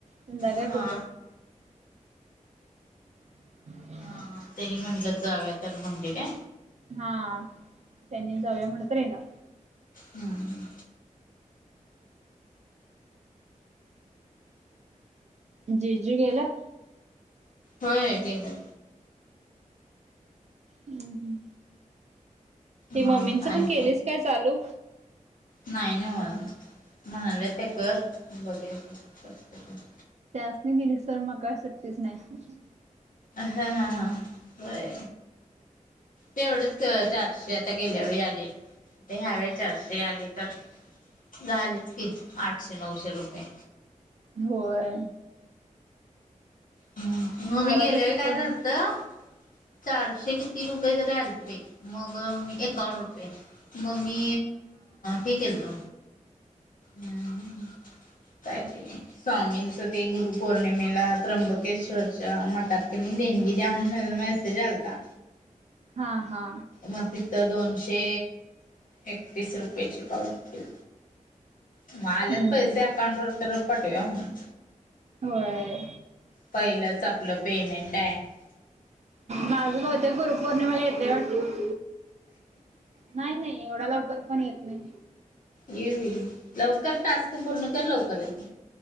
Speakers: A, on the right (about 55°); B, on the left (about 75°).
A: संध्याकाळी
B: हा
A: बघूया <unintelligible> <inaudible>
B: हा त्यांनी मम्हणलं जावूया, तर म्हणली काय?
A: हा, त्यांनी जाऊया म्हणलं तर येणार
B: हम्म.
A: जीजू गेल्यात
B: होय, गेल्यात.
A: हम्, हम. हे
B: मग
A: मम्मींचं
B: आणि
A: पण केलीस काय चालू?
B: नाही नव्हं अजून, म्हणाल्यात ते कर, बघूया की करतो, करतो.
A: त्यासनी दिलीस तर मग काय सुट्टीच नाही.
B: हां, हां, हां, होय. तेवढच, चारशे आता गेल्या वेळी आले. ह्या वेळेस चारशे आले तर, झालेच की आठशे-नऊशे रुपये.
A: होय.
B: हम्, मग
A: घरात
B: मी गेल्यावेळी,
A: बसून
B: काय
A: कोण
B: झालतं चारशे किती रुपये तरी आलते बाई, मग मी एकावन्न रुपये मग मी, हे केलतो हम्म! काय ते स्वामींच ते, गुरुपौर्णिमेला त्र्यंबकेश्वरच्या मठात देणगी द्या, म्हणून मेसेज आलता
A: हा हा.
B: मग तिथं, दोनशे एकतीस रुपयेची पावती केलती. म आल्यात
A: हम्म
B: पैसे
A: हम्म
B: अकाउंटवर तर, पाटवूया म्हटलं.
A: होय.
B: पहिलंच आपलं पेमेंट आहे
A: माझं भवूतेक गुरुपौर्णिमेला येतय वाटत नाही नाही, एवढया लवकर पण येत नाही.
B: येऊदे घे, लवकर टास्क पूर्ण कर, लवकर येतयं.